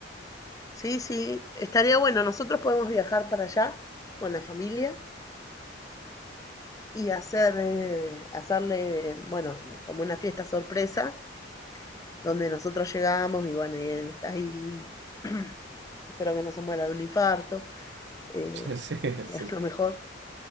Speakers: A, on the left; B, on the right.
A: sí, sí, estaría bueno. Nosotros podemos viajar para allá con la familia y hacer, eh, hacerle, bueno, como una fiesta sorpresa, donde nosotros llegamos y bueno, y él está ahí, <clears throat> espero que no se muera de un infarto, eh,
B: <laughs> Sí,
A: sería
B: sí.
A: lo mejor.